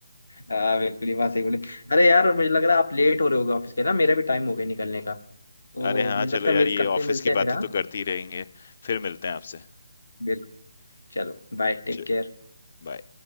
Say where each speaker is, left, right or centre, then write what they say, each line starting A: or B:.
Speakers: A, on the left; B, on the left.
A: हाँ बिल्कुल ये बात सही बोले अरे यार मुझे लग रहा है आप लेट हो रहे होगे ऑफिस के ना मेरा भी टाइम हो गया निकलने का तो
B: अरे हाँ,
A: मुझे
B: चलो
A: लगता
B: यार
A: है मिल
B: ये
A: करते
B: ऑफिस
A: मिलते
B: की
A: हैं फिर
B: बातें
A: हाँ
B: तो करते ही रहेंगे। फिर मिलते हैं आपसे।
A: बिल्कुल चलो बाय टेक
B: च
A: केयर
B: बाय।